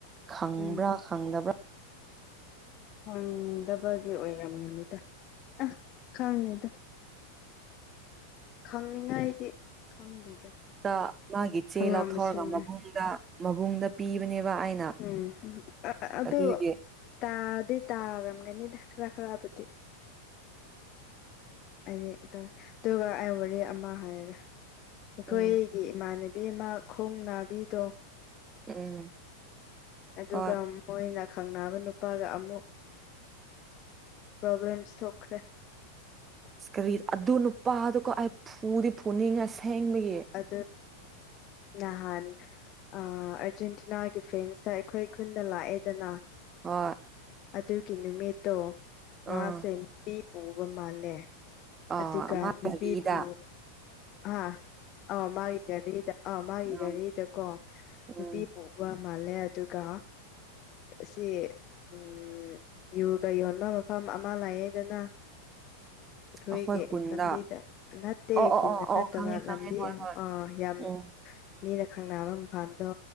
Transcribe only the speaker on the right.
ꯈꯪꯕ꯭ꯔꯥ
ꯈꯪꯗꯕ꯭ꯔꯥ
ꯇ ꯃꯥꯒꯤ ꯆꯦ
ꯂꯧꯊꯧꯔꯒ ꯃꯕꯨꯡꯗ
ꯃꯕꯨꯡꯗ ꯄꯤꯕꯅꯦꯕ ꯑꯩꯅ
ꯑꯗꯨꯒꯤ
ꯎꯝ
ꯎꯝ
ꯍꯣꯏ
ꯏꯁꯀꯔꯤ ꯑꯗꯨ ꯅꯨꯄꯥꯗꯨꯀꯣ ꯑꯩ ꯐꯨꯗꯤ ꯐꯨꯅꯤꯡꯉ ꯁꯦꯡꯕꯒꯤ
ꯍꯣꯏ
ꯎꯝ
ꯑꯥ
ꯃꯥ
ꯒꯥꯔꯤꯗ
ꯎꯝ
ꯎꯝ
ꯑꯩꯈꯣꯏ ꯈꯨꯟꯗ
ꯑꯣ ꯑꯣ
ꯑꯣ ꯑꯣ
ꯈꯪꯉꯦ ꯈꯪꯉꯦ
ꯍꯣꯏ
ꯎꯝ